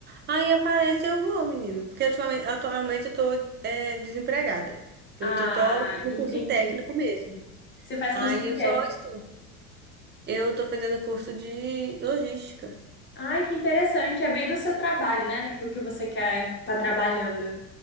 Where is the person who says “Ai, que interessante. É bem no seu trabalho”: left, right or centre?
Left